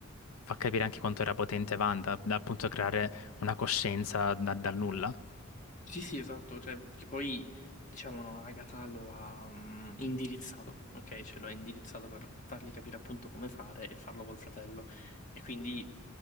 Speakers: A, on the left; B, on the left.
A: fa capire anche quanto era potente Wanda da appunto creare una coscienza da- dal nulla.
B: Sì, sì, esatto. Cioè, che poi, diciamo, no, Agatha lo ha mm, indirizzato, ok? Cioè lo ha indirizzato per fargli capire appunto come fare e farlo col fratello. E quindi